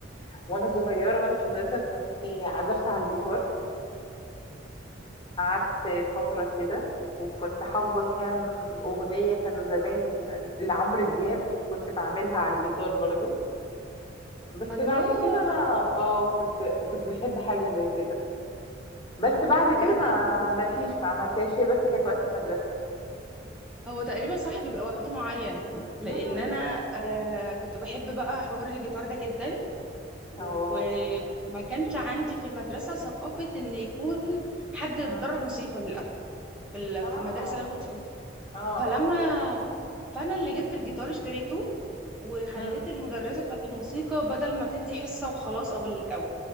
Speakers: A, on the left; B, in the centre.
A: وانا صغيرة وانا في المدرسة كنت عزفت على الجيتار قعدت فترة كده وكنت حافظة كام أغنية كانوا زمان لعمرو دياب كنت بعملها على الجيتار برضو بس
B: الله
A: بعد كده انا اه كنت كنت بحب حاجة زي كده بس بعد كده
B: انا
A: ما
B: برضه
A: ما فيش ما عملتهاش شيء بس كانت وقت المدرسة
B: هو تقريبا صح بيبقى وقت معين لان
A: مهم.
B: انا آه كنت بحب بقى حوار الجيتار ده جدا
A: اه
B: وما كانش عندي في المدرسة ثقافة ان يكون حد يتدرب
A: مم.
B: موسيقى للاسف في ال-
A: اه
B: في المدارس اللي انا كنت فيها
A: اه
B: فلما فانا اللي جبت الجيتار اشتريته وخليت
A: اه
B: المدرسه بتاعت الموسيقى بدل ما تدي حصه وخلاص او ال- او